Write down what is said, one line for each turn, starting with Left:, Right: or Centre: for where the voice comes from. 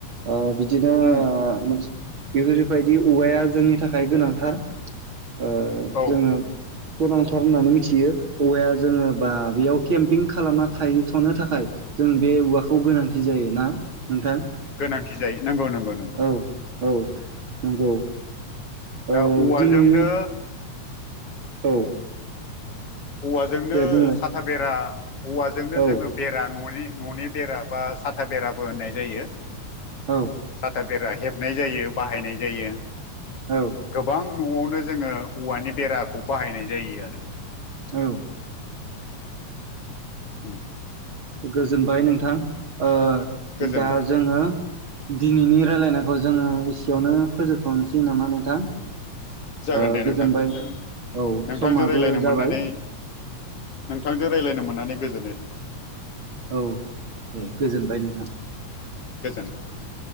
Right: ओ बिदिनो ओ
Left: उम
Right: मोनस बेफोरबायदि औवाया जोंनि थाखाय गोनांथार ओ
Left: औ
Right: जोङो गोनांथार होननानै मिथियो औवाया जोङो बा बेयाव केम्पिं खालामना थाहैथ'नो थाखाय जों बे औवाखौ गोनांथि जायो ना। नोंथां
Left: गोनांथि जायो नंगौ नंगौ नंगौ।
Right: औ औ नंगौ।
Left: दा
Right: औ
Left: औवाजोंनो
Right: दिनैनि औ।
Left: औवाजोंनो
Right: दे बुंलाय
Left: साथा बेरा औवाजोंनो
Right: औ
Left: जोङो बेरा न'नि न'नि बेरा बा साथा बेराबो होननाय जायो।
Right: औ।
Left: साथा बेरा हेबनाय जायो बाहायनाय जायो।
Right: औ।
Left: गोबां न'आवनो जोङो औवानि बेराखौ बाहायनाय जायो आरो।
Right: औ।
Left: उ।
Right: गोजोनबाय नोंथां ओ
Left: गोजोनबाय
Right: दा जोङो दिनैनि रायलायनायखौ जोङो एसेयावनो फोजोबथ'नोसै नामा नोंथां?
Left: जागोन
Right: ओ
Left: दे
Right: गोजोनबाय
Left: नोंथां जागोन दे
Right: औ
Left: नोंथांजों
Right: समाबो
Left: रायलायनो
Right: जाबाय
Left: मोननानै नोंथांजों रायज्लायनो मोननानै गोजोननाय थाबाय।
Right: औ दे गोजोनबाय नोंथां।
Left: गोजोनबाय ओं।